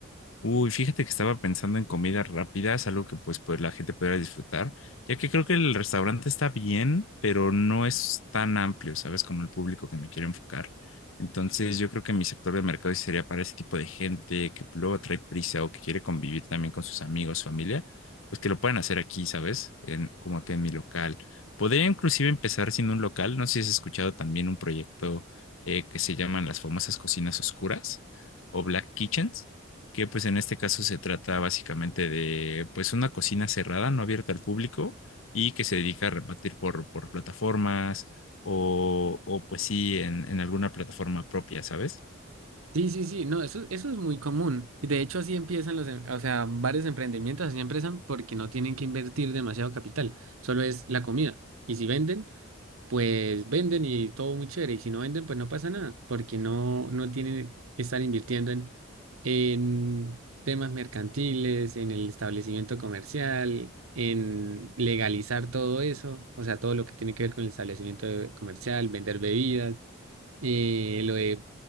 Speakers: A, on the left; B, on the right.
A: Uy, fíjate que estaba pensando en comidas rápidas, algo que pues, pues la gente pudiera disfrutar, ya que creo que el restaurante está bien, pero no es tan amplio, ¿sabes? Como el público que me quiero enfocar. Entonces, yo creo que mi sector de mercado sí sería para ese tipo de gente que luego trae prisa o que quiere convivir también con sus amigos, familia, pues que lo puedan hacer aquí, ¿sabes? En, como que en mi local. Podría inclusive empezar siendo un local, no sé si has escuchado también un proyecto eh, que se llaman las famosas cocinas oscuras o Black Kitchens que pues en este caso se trata básicamente de pues una cocina cerrada, no abierta al público y que se dedica a repartir por, por plataformas o, o pues sí, en, en alguna plataforma propia, ¿sabes?
B: Sí, sí, sí, no, eso, eso es muy común. Y de hecho así empiezan los, em- o sea, varios emprendimientos así empiezan porque no tienen que invertir demasiado capital, solo es la comida. Y si venden, pues venden y todo muy chévere. Y si no venden, pues no pasa nada, porque no, no tienen que estar invirtiendo en, en temas mercantiles, en el establecimiento comercial, en legalizar todo eso, o sea, todo lo que tiene que ver con el establecimiento de- comercial, vender bebidas. Y lo de